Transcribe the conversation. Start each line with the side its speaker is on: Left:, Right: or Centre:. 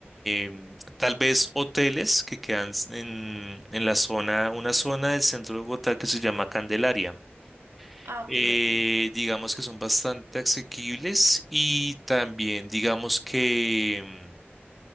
Centre: em, tal vez hoteles que quedan s- en, en la zona, una zona del centro de Bogotá que se llama Candelaria.
Right: Ah,
Centre: Eh,
Right: ok, ok.
Centre: digamos que son bastante asequibles y también digamos que em,